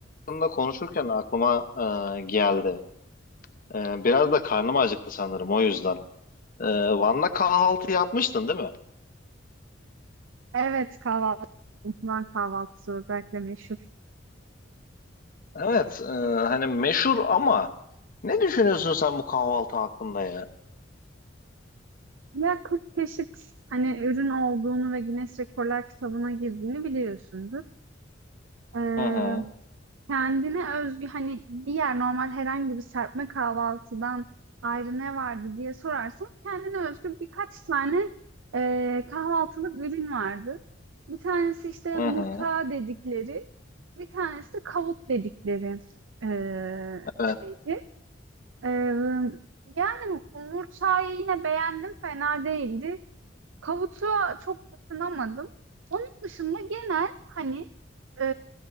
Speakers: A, on the left; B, on the right.
A: hakkında konuşurken aklıma e, geldi. E, biraz da karnım acıktı sanırım o yüzden. E, Van'da kahvaltı yapmıştın değil mi?
B: Evet kahvaltı, İhmal kahvaltısı özellikle meşhur.
A: Evet, e, hani meşhur ama ne düşünüyorsun sen bu kahvaltı hakkında ya?
B: Ya 40 çeşit hani ürün olduğunu ve Guinness Rekorlar kitabına girdiğini biliyorsundur. Ee,
A: Hı hı,
B: kendine özgü hani diğer normal herhangi bir serpme kahvaltıdan ayrı ne vardı diye sorarsan kendine özgü birkaç tane e, kahvaltılık ürün vardı. Bir tanesi işte
A: hı
B: murta
A: hı,
B: dedikleri, bir tanesi de kavut dedikleri e, bir
A: evet.
B: şeydi. Ee, yani Murçay'ı yine beğendim, fena değildi. Kavutu'a çok ısınamadım. Onun dışında genel hani e,